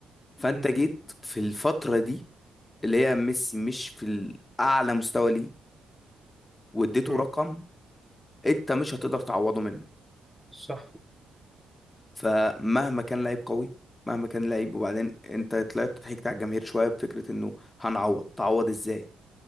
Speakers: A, on the left (about 25°); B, in the centre.
A: فانت
B: مم.
A: جيت في الفترة دي اللي هي ميسي مش في الأعلى مستوى ليه واديته
B: مم.
A: رقم انت مش هتقدر تعوضه منه
B: صح
A: فمهما كان لعيب قوي مهما كان لعيب وبعدين انت طلعت ضحكت على الجماهير شوية بفكرة انه هنعوض تعوض ازاي